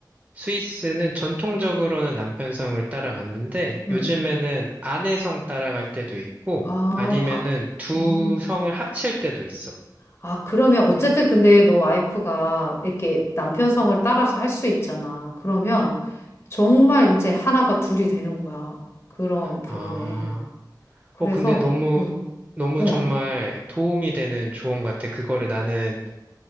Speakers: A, on the right (about 20°); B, on the left (about 35°).
A: 스위스는 전통적으로는 남편성을 따라갔는데
B: 음.
A: 요즘에는 아내성 따라갈 때도 있고
B: 아,
A: 아니면은
B: 박.
A: 두
B: 음.
A: 성을 합칠 때도 있어.
B: 아, 그러면 어쨌든 근데 너 와이프가 이렇게 남편 성을 따라서 할 수 있잖아. 그러면 정말 이제 하나가 둘이 되는 거야. 그런 부분에.
A: 아,
B: 그래서,
A: 어, 근데 너무,
B: 응,
A: 너무
B: 응,
A: 정말 도움이 되는 조언 같아. 그거를 나는